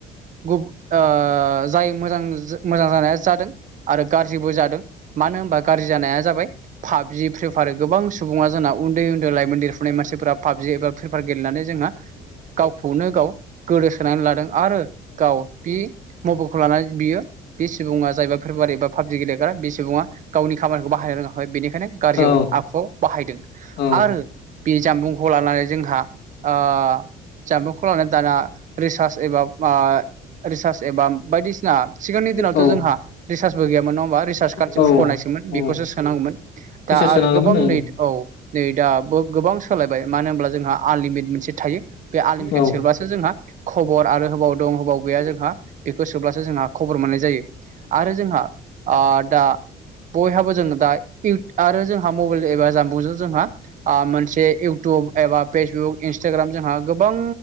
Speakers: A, on the right; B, on the left.
A: गुग ओ जाय मोजां मोजां जानाया जादों आरो गाज्रिबो जादों मानो होनबा गाज्रि जानाया जाबाय पाबजि प्रेफार गोबां सुबुङा जोंनाव उन्दै उन्दै लाइमोन देरफुनाय मानसिफोरा पाबजि एबा फ्रिफायार गेलेनानै जोंहा गावखौनो गाव गोदोसोनानै लादों आरो गाव बि मबाइलखौ लानानै बियो बे सुबुङा जायबा फ्रिफायार एबा पाबजि गेलेग्रा बे सुबुङा गावनि खामानिखौ बाहायनो रोङा बेनिखायनो गाज्रियाव
B: औ
A: आखुआव बाहायदों
B: औ
A: आरो बे जानबुंखौ लानानै जोंहा ओ जामबुंखौ लानानै दाना रिसार्च एबा मा रिसार्च एबा बायदिसिना सिगांनि दिनावथ'
B: औ
A: जोंहा रिसार्चबो गैयामोन नङा होमबा रिसार्च कार्द
B: औ
A: हुख'नायसोमो मोन
B: औ
A: बेखौसो सो नांगौमोन
B: फैसा
A: दा
B: सोनांगौमोन
A: आरो गोबां
B: ओं
A: नै औ नै दाबो गोबां सोलायबाय मानो होनब्ला जोंहा आनलिमिट मोनसे थायो बे आललिमिटेट
B: औ
A: सोबासो जोंहा खबर आरो होबाव दं होबाव गैया जोंहा बेखौ सोब्लासो जोंहा खबर मोननाय जायो आरो जोंहा आ दा बयहाबो जोंङो <unintelligible> आरो जोंहा मबाइल एबा जामबुंजों जोंहा आ मोनसे इउटुब उब एबा फेसबुक इन्सटाग्राम जोंहा गोबां